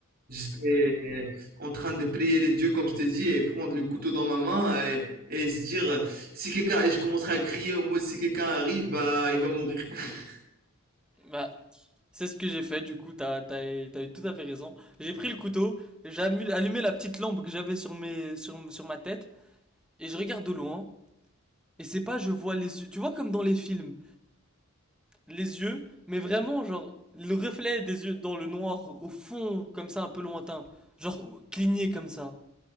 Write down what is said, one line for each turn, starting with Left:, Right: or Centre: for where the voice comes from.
Right: Je serais en train de prier les dieux, comme je t'ai dit, et prendre le couteau dans ma main et, et se dire, euh, si quelqu'un, et je commencerai à crier au mot, si quelqu'un arrive, bah, il va mourir. <laughs>
Centre: Bah, c'est ce que j'ai fait, du coup, t'as, t'as, t'as eu tout à fait raison. J'ai pris le couteau, j'ai allumé la petite lampe que j'avais sur mes, sur, sur ma tête, et je regarde de loin, et c'est pas, je vois les yeux, tu vois comme dans les films, les yeux, mais vraiment, genre, le reflet des yeux dans le noir, au fond, comme ça, un peu lointain. Genre, cligné comme ça.